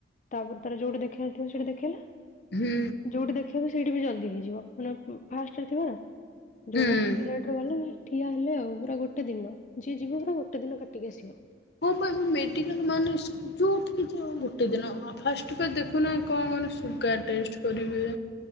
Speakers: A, on the left; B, on the left.
A: ତାପରେ ତାର ଯୋଉଠି ଦେଖେଇ ବାର ଥିବ ସେଠି ଦେଖେଇଲା
B: ହୁଁ
A: ଯୋଉଠି ଦେଖ ସେଇଠି ବି ଜଲ୍ଦି ହେଇଯିବ ମାନେ ଫାଷ୍ଟ ରେ ଥିବ ନା
B: ହୁଁ।
A: ଯୋଉମାନେ ଟିକେ ଲେଟରେ ଗଲେ ଠିଆ ହେଲେ ଆଉ, ପୁରା ଗୋଟେ ଦିନ, ଯିଏ ଯିବ ପୁରା ଗୋଟେ ଦିନ କାଟିକି ଆସିବ।
B: ହଁ ପା, ମେଡିକାଲ ମାନେ ଯଉଠିକି ଯାଅ, ଗୋଟେ ଦିନ, ଫାଷ୍ଟ ବା ଦେଖୁନା କଣ ମାନେ ସୁୁଗାର୍ ଟେଷ୍ଟ କରିବେ।